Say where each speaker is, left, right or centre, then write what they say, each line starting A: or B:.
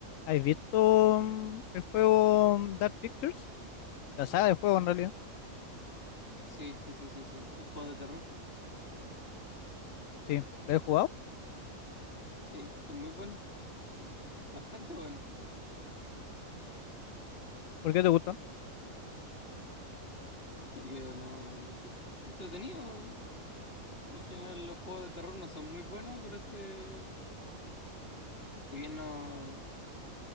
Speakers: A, on the left; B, on the left.
A: ¿Has visto mm, el juego mm, Dark Pictures? La saga de juego en realidad.
B: Sí, sí, sí, sí, sí. Los juegos de terror,
A: Sí, lo he jugado.
B: sí, son muy buenos, bastante buenos,
A: ¿Por qué te gustan?
B: porque no, no sé, entretenido. En general los juegos de terror no son muy buenos, pero este, si bien no,